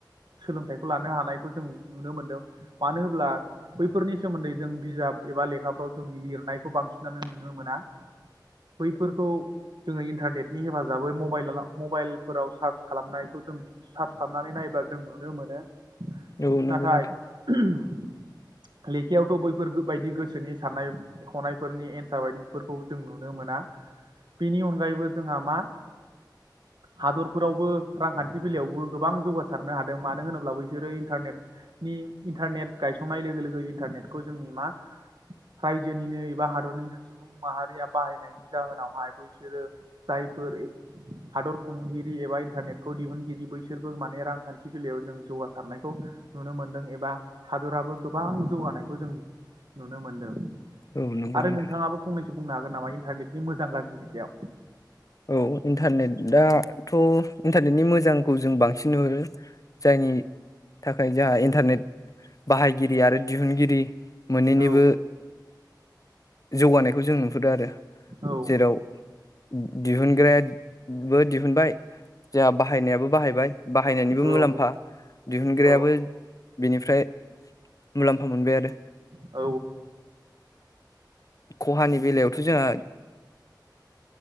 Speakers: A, on the right; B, on the left.
A: सोलोंथाइखौ लानो हानायखौ जों नुनो मोनदों मानो होन्ला बैफोरनि सोमोन्दै जों बिजाब एबा लेखाफ्राव जों लिरनायखौ बांसिनानो नुनो मोना। बैफोरखौ जोङो इन्टारनेटनि हेफाजाबै मबाइल मबाइलफोराव सार्च खालामनायखौ जों सार्च खालामनानै नायोब्ला जों नुनो मोनो।
B: औ नंगौ
A: नाथाय
B: नोंथां।
A: लेखायावथ' बैफोर बायदि गोसोनि साननाय हनायफोरनि एन्सार बायदिफोरखौ जों नुनो। ननो मोना बेनि अनगायैबो जोंहा मा हादरफोरावबो रांखान्थि बेलायावबो गोबां जौगासारनो हादों मानो होनोब्ला बैसोरोन्टारनेट इन्टारनेट गायसंनाय लोगो लोगो इन्टारनेटखौ जोंनि मा रायजोनिनो एबा हादरनिनो सुबुं माहारिया बाहायनायनि जाहोनावहाय बैसोरो जायफोर हादर खुंगिरि एबा इन्टारनेटखौ दिहुनगिरि बैसोरबो माने रांखान्थि बेलायाव जों जौगासारनायखौ नुनो मोनदों एबा हादराबो गोबां जौगानायखौ जों नुनो मोनदों।
B: औ नंगौ
A: आरो
B: नोंथां
A: नोंथाङाबो फंनैसो <inaudible> नामा इन्टारनेट मोजां गाज्रिनि सायाव।
B: औ इन्टारनेटाथ' इन्टारनेटनि मोजांखौ जों बांसिन नुहुरो। जायनि थाखाय जोंहा इन्टारनेट बाहायगिरि आरो दिहुनगिरि मोननैनिबो
A: औ
B: जौगानायखौ जों नुहुरदों आरो
A: औ
B: जेराव- ओम। दिहुनग्राया बो दिहुनबाय जोंहा बाहायनायाबो बाहायबाय बाहायनायनिबो
A: औ
B: मुलाम्फा दिहुनग्रायाबो
A: औ
B: बेनिफ्राय मुलाम्फा मोनबाय। आरो
A: औ
B: खहानि बेलायावथ' जोंहा